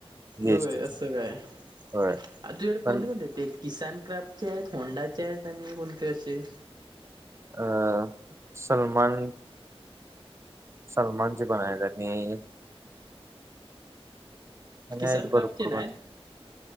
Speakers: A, on the right; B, on the right.
A: जीएसटीची
B: होय असं काय? तुझ्याकडे
A: होय
B: कोणते
A: पण
B: कोणते आहेत ते किसान क्राफ्टचे आहेत, होंडाचे आहेत आणि वन प्लसचे.
A: अ सलमान सलमानचे पण आहेत आणि आणि
B: किसान
A: आहेत भरपूर
B: क्राफ्टचे नाहीत
A: गावचे.